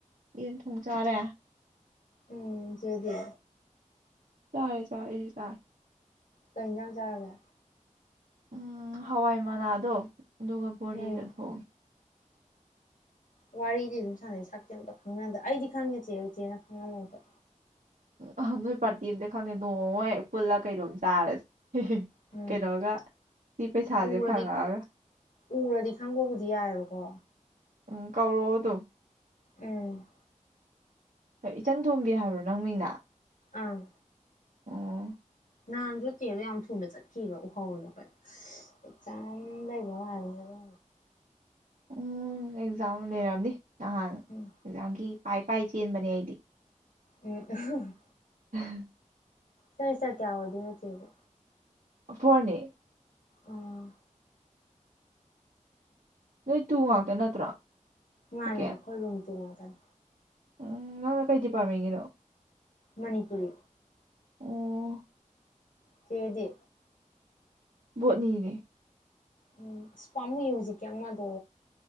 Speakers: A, on the right; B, on the left.
A: ꯌꯦꯟ ꯊꯣꯡ ꯆꯥꯔꯦ꯫
B: ꯎꯝ ꯆꯦꯗꯤ?
A: ꯆꯔꯦ - ꯆꯔꯦ ꯑꯩꯖꯨ ꯆꯔꯦ꯫
B: ꯀꯩ ꯏꯟꯖꯥꯡ ꯆꯥꯔꯒꯦ?
A: ꯎꯝ ꯍꯋꯥꯏ ꯃꯅꯥꯗꯣ ꯑꯗꯨꯒ ꯕꯣꯔꯤꯒ
B: ꯎꯝ
A: ꯊꯣꯉꯤ꯫
B: ꯋꯥꯔꯤꯗꯤ ꯑꯗꯨꯝ ꯁꯥꯟꯅꯩ ꯁꯛꯇꯦ ꯑꯝꯇ ꯈꯪꯍꯟꯗ ꯑꯩꯗꯤ ꯈꯪꯉꯦ ꯆꯦ ꯆꯦꯅ ꯈꯪꯉꯝ ꯃꯣꯏꯕ
A: ꯎ ꯅꯣꯏ ꯄꯥꯔꯇꯤ ꯑꯝꯇ ꯈꯪꯉꯦ ꯅꯣꯡꯃꯃ ꯄꯨꯜꯂꯒ ꯀꯩꯅꯣꯝ ꯆꯥꯔꯁꯦ꯫
B: ꯎꯝ
A: ꯀꯩꯅꯣꯒ ꯁꯤ ꯄꯩꯁꯥꯁꯦ
B: ꯎꯔꯗꯤ
A: ꯐꯪꯉꯛꯑꯒ꯫
B: ꯎꯔꯗꯤ ꯈꯪꯕꯕꯨꯗꯤ ꯌꯥꯏꯕꯀꯣ
A: ꯎꯝ ꯀꯧꯔꯣ ꯑꯗꯨꯝ
B: ꯎꯝ꯫
A: ꯍꯣꯏ ꯏꯆꯟ ꯊꯣꯝꯕꯤ ꯍꯥꯏꯕ꯭ꯔꯣ ꯅꯪ ꯃꯤꯡ ꯅꯥ?
B: ꯑꯥ꯫
A: ꯑ꯫
B: ꯅꯍꯥꯟꯁꯨ ꯆꯦꯗꯣ ꯌꯥꯝ ꯊꯨꯅ ꯆꯠꯈꯤꯕ ꯎꯍꯧꯅ ꯑꯩꯈꯣꯏꯅ ꯑꯦꯛꯖꯥꯝ ꯂꯩꯕ ꯃꯥꯜꯂꯤ ꯑꯗꯨ
A: ꯎꯝ ꯑꯦꯛꯖꯥꯝ ꯂꯩꯔꯝꯅꯤ꯫ ꯅꯍꯥꯟ ꯑꯦꯛꯖꯥꯝꯒꯤ
B: ꯎꯝ
A: ꯄꯥꯏ - ꯄꯥꯏ ꯆꯦꯟꯕꯅꯦ ꯑꯩ꯫
B: ꯎꯝ
A: <unintelligible>
B: ꯁꯦꯃꯤꯁꯇꯦꯔ ꯀꯌꯥ ꯑꯣꯏꯗꯣꯏ ꯅꯣ ꯆꯦ ꯖꯦ?
A: ꯐꯣꯔꯅꯦ꯫
B: ꯑꯥ꯫
A: ꯅꯣꯏ ꯇꯨ ꯉꯥꯛꯇ ꯅꯠꯇ꯭ꯔꯣ?
B: ꯃꯥꯅꯦ
A: ꯁꯦꯀꯦꯟ
B: ꯈꯣꯏ <unintelligible>
A: ꯎꯝ ꯅꯪꯅ ꯀꯩ ꯗꯤꯄꯥꯔꯠ꯭ ꯃꯦꯟꯠ ꯀꯤꯅꯣ?
B: ꯃꯅꯤꯄꯨꯔꯤ꯫
A: ꯑꯣ꯫
B: ꯆꯦꯗꯤ?
A: ꯕꯣꯠꯅꯤ ꯅꯦ ꯫
B: ꯎꯝ ꯑꯁ ꯄꯥꯃꯨꯏꯌꯦ ꯍꯨꯖꯤꯛꯀꯤ ꯑꯃ ꯗꯣ